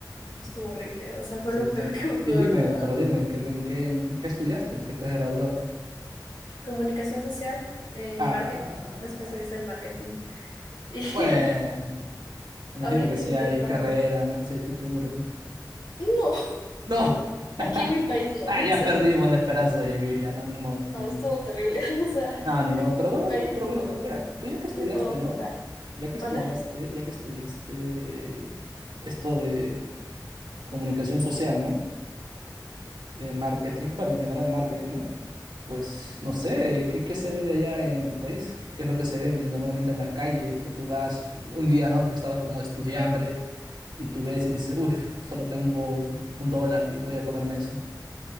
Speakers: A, on the left; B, on the right.
A: Estuvo horrible, o sea,
B: Sí,
A: fue lo
B: sí.
A: peor <laughs> que me pudo
B: Y dime,
A: haber pasado.
B: pero dime, ¿qué, te- en qué, en qué estudiaste? ¿En qué te has graduado?
A: Comunicación social en
B: Ah,
A: marketing, me especialicé en marketing y
B: bueno,
A: <laughs>
B: imagino
A: ahorita
B: que sí
A: intento...
B: hay carrera, ¿no? Si hay futuro.
A: No,
B: ¡No! <laughs>
A: aquí en mi país no,
B: Ah,
A: <laughs>
B: ya
A: o sea,
B: perdimos la esperanza de vivir, ya, no, ni modo, ni
A: no,
B: modo.
A: estuvo terrible, <laughs> o sea,
B: No, ni
A: aquí
B: modo. Pero
A: en
B: bueno,
A: mi país
B: pero
A: no,
B: bueno, mira, tú ya que estudiaste,
A: no hay por dónde
B: ¿no?
A: jugar.
B: Ya que estudiaste,
A: ¿Mandar?
B: ya que estudiaste esto de comunicación social, ¿no? Eh, marketing, bueno, en general marketing, ¿no? Pues no sé, ¿qué, qué se vende allá en tu país? ¿Qué es lo que se vende normalmente en las calles? Que tú vas un día, ¿no? Que estabas como estudiambre y tú ves y dices, uff, solo tengo un dólar y voy a comerme eso.